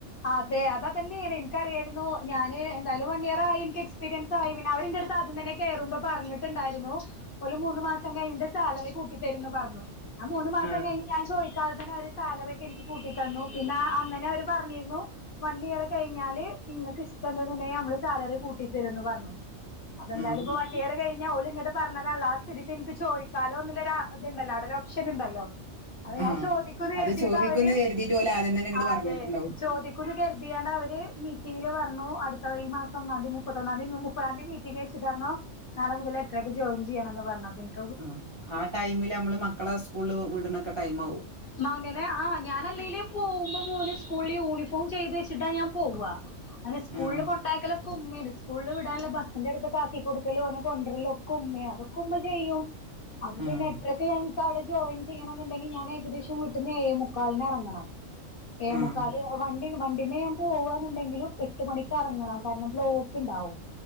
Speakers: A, on the left; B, on the right.
A: അതെ അതതന്നെണ് എനിക്കറിയായിരുന്നു ഞാൻ എന്തായാലും വൺ ഇയർ ആയി എനിക്ക് എക്സ് പീരിയൻസ് ആയി അവർ ന്റെട്ത് ആദ്യന്നെ കെറുമ്പോ പറഞ്ഞിട്ടുണ്ടായിരുന്നു ഓൽ മൂന്ന് മാസം കയ്ന്ട്ട് സാലറി കൂട്ടി തരുന്ന് പറഞ്ഞു ആ മൂന്ന് മാസം
B: ആഹ്
A: കഴിഞ്ഞ് ഞാൻ ചോയിക്കാതെ തന്നെ അവര് സാലറി ഒക്കെ എനിക്ക് കൂട്ടി തന്നു പിന്നെ അന്നനേ അവര് പറഞ്ഞി വൺ ഇയർ കഴിഞ്ഞാല് ഇങ്ങക്ക് ഇഷ്ട്ടട്ന്ന്ണ്ടെങ്കി നമ്മള് സാലറി കൂട്ടിതരും ന്ന് പറഞ്ഞു അപ്പെന്തായാലുംപ്പൊ
B: ആഹ്
A: വൺഇയർ കഴിഞ്ഞൽ ഓൽ ഇങ്ങട്ട് പറഞ്ഞതലെ ആ സ്ഥിക്ക് ന്ക്ക് ചോയി കാലോ ന്ന്ള്ള തുണ്ടല്ലോ അവടെ ഒരു ഓപ്ഷൻ ണ്ടല്ലോ അത
B: ആഹ്
A: ഞാൻ ചോദിക്കുന്നു കരുതീട്ട്
B: അത് ചോദിക്കുന്ന്
A: അവര്
B: കരുതിയിട്ട് ഓല് ആദ്യം തന്നെ ഇങ്ങട്
A: ആ
B: പറഞ്ഞിട്ടുണ്ടാവും
A: അതെ ചോദിക്കുന്ന് കരുതിയാണ്ട് അവര് മീറ്റിങ്ങില് പറഞ്ഞു അടുത്ത ഈ മാസം ഒന്നാതി മുപ്പത്തഒന്നാന്തി മു ഇപ്പആദ്യം മീറ്റിംഗ്കെച്ചിട്ട്റനു നാളെ മുതൽ എട്ട്രക്ക് ജോയിൻ ചെയ്യണന്ന്പറഞ്ഞുപ്പൊ
B: ആ ആ ടൈമില് അമ്മള് മക്കളെ സ്കൂളിൽ വിടണൊക്കെ ടൈം ആവും
A: മകനെ ആ ഞാനല്ലേലും പോകുമ്പോ മോന് സ്കൂളിൽ യൂണിഫോം ചെയ്ത് വെച്ചിട്ടാ ഞാൻ പോവ്വ അയ്ന് സ്കൂളിൽ
B: ആഹ്
A: കൊണ്ടാക്കലക്കെ ഉമ്മേണ് സ്കൂളിൽ വിടാനുല്ല ബസിന്റെ അടുത്ത് കാക്കി കൊടുക്കലും ഓനെ കൊണ്ട്രലും ഒക്കെ ഉമ്മയാ അതൊക്കെ ഉമ്മ ചെയ്യും അപ്പം പിന്നെ
B: ആഹ്
A: എട്ട് അരക്ക് ഇൻക്ക് അവിടെ ജോയിൻ ചെയ്യണം ന്ന്ണ്ടെങ്കിൽ ഞാൻ ഏകദേശം വീട്ട്ന്ന് ഏഴ്മുക്കാലിനെ എറങ്ങണം ഏഴ്മുക്കാൽ
B: ആഹ്
A: വണ്ടി വണ്ടിന്ന്മ്മെ ഞാൻ പോവാന്നുണ്ടെങ്കിലും എട്ട് മണിക്ക് എറങ്ങണം കാരണം ബ്ലോക്ക് ണ്ടാവും